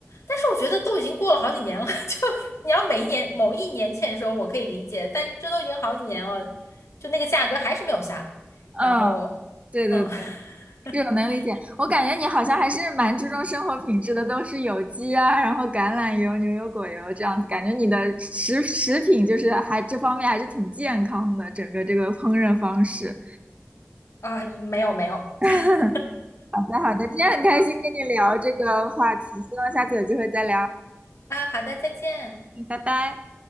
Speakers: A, on the left; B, on the right.
A: 但是我觉得都已经过了好几年了，<laughs> 就你要每一年某一年欠收，我可以理解，但这都已经好几年了，就那个价格还是没有下来。
B: 嗯，
A: 然后，
B: 对对对。
A: 嗯，<laughs>
B: 这种能理解，我感觉你好像还是蛮注重生活品质的，都是有机啊，然后橄榄油、牛油果油这样子，感觉你的食食品就是还这方面还是挺健康的，整个这个烹饪方式。
A: 啊，没有没有，
B: <laughs>
A: <laughs>
B: 好的，好的，今天很开心跟你聊这个话题，希望下次有机会再聊。
A: 啊，好的，再见。
B: 嗯，拜拜。